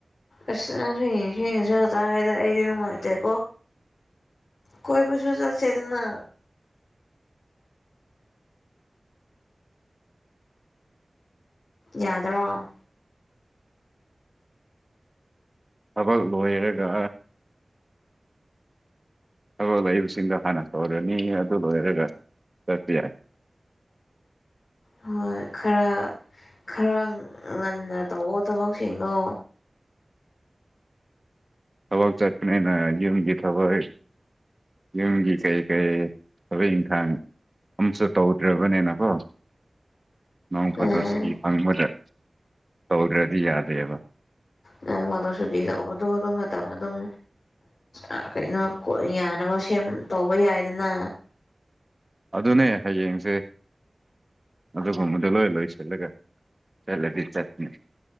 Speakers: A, on the left; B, on the right.
A: ꯑꯁ ꯅꯪ ꯍꯌꯦꯡ ꯍꯌꯦꯡ ꯆꯠꯀꯗ꯭ꯔꯥ ꯍꯥꯏꯗꯣ ꯑꯩꯗꯤ ꯅꯨꯡꯉꯥꯏꯇꯦꯀꯣ ꯀꯣꯏꯕꯁꯨ ꯆꯠꯁꯦꯗꯅ ꯌꯥꯗ꯭ꯔꯣ
B: ꯊꯕꯛ ꯂꯣꯏꯔꯒ ꯊꯕꯛ ꯂꯩꯕꯁꯤꯡꯗꯣ ꯍꯥꯟꯅ ꯇꯧꯔꯅꯤ ꯑꯗꯨ ꯂꯣꯏꯔꯒ ꯆꯠꯄ ꯌꯥꯏ
A: ꯍꯣꯏ ꯈꯔ ꯈꯔ ꯉꯟꯅ ꯇꯧꯋꯣ ꯊꯕꯛꯁꯤꯡꯗꯣ
B: ꯊꯕꯛ ꯆꯠꯄꯅꯦꯅ ꯌꯨꯝꯒꯤ ꯊꯕꯛ ꯌꯨꯝꯒꯤ ꯀꯩ ꯀꯩ ꯊꯥꯕꯛ ꯏꯟꯈꯥꯡ ꯑꯝꯁꯨ ꯇꯧꯗ꯭ꯔꯕꯅꯦꯅꯀꯣ ꯅꯣꯡ
A: ꯎꯝ
B: ꯐꯥꯗꯣꯛ ꯁꯤꯀꯤ ꯐꯪꯕꯗ ꯇꯧꯗ꯭ꯔꯗꯤ ꯌꯥꯗꯦꯕ
A: ꯅꯣꯡ ꯐꯗꯣꯛ ꯁꯨꯇꯤ ꯂꯧꯕꯗꯣ ꯑꯗꯨ ꯃꯇꯝꯗ ꯑꯗꯨꯝ ꯑ ꯀꯩꯅꯣ ꯀꯣ ꯌꯥꯅꯕ ꯁꯦꯝ ꯇꯧꯕ ꯌꯥꯏꯗꯅ
B: ꯑꯗꯨꯅꯦ ꯍꯌꯦꯡꯁꯦ ꯑꯗꯨꯒꯨꯝꯕꯗꯣ ꯂꯣꯏ ꯂꯣꯏꯁꯤꯜꯂꯒ ꯆꯠꯂꯗꯤ ꯆꯠꯅꯤ